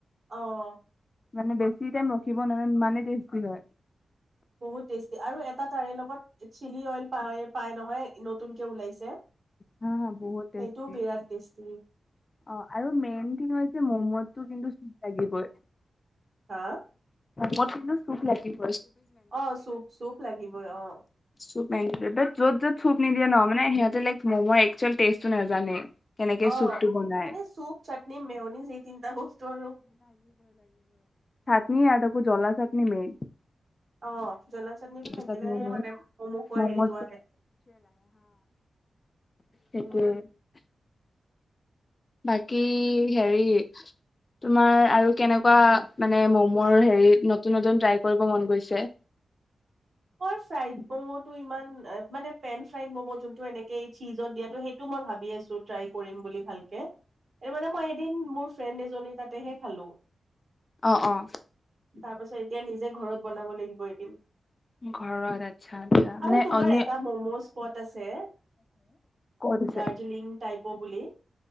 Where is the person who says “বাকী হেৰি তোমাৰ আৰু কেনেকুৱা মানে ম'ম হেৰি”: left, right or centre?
Left